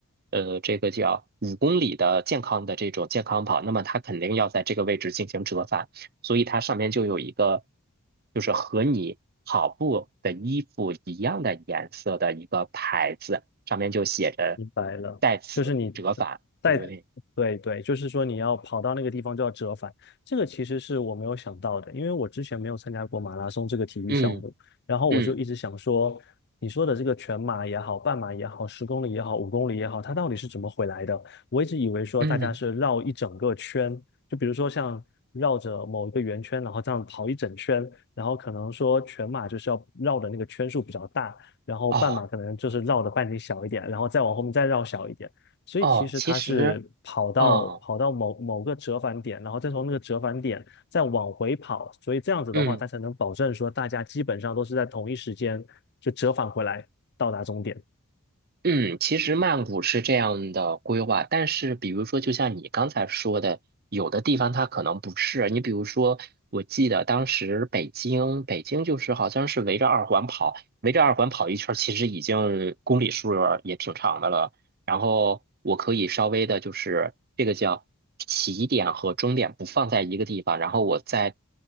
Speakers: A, on the right; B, on the left.
A: 呃这个叫五公里的健康的这种健康跑，那么它肯定要在这个位置进行折返。所以它上面就有一个，就是和你跑步的衣服一样的颜色的一个牌子，上面就写着
B: 明白了，
A: 在此折返，
B: 就是你在，
A: 对不对？
B: 对对，就是说你要跑到那个地方就要折返，这个其实是我没有想到的，因为我之前没有参加过马拉松这个体育项目，
A: 嗯
B: 然后我就一直想说，
A: 嗯
B: 你说的这个全马也好，半马也好，十公里也好，五公里也好，它到底是怎么回来的？我一直以为说大家是绕一整个圈，
A: 嗯，
B: 就比如说像绕着某一个圆圈，然后这样跑一整圈，然后可能说全马就是要绕的那个圈数比较大。然后半马可能就是绕的半径小一点，
A: 哦
B: 然后再往后面再绕小一点。所以其实它是跑到跑到某某个折返点，
A: 哦，其实，哦，
B: 然后再从那个折返点再往回跑，所以这样子的话，
A: 嗯
B: 它才能保证说大家基本上都是在同一时间就折返回来到达终点。
A: 嗯，其实曼谷是这样的规划，但是比如说，就像你刚才说的，有的地方它可能不是。你比如说，我记得当时北京，北京就是好像是围着二环跑，围着二环跑一圈儿，其实已经公里数儿也挺长的了。然后我可以稍微的，就是这个叫起点和终点不放在一个地方，然后我再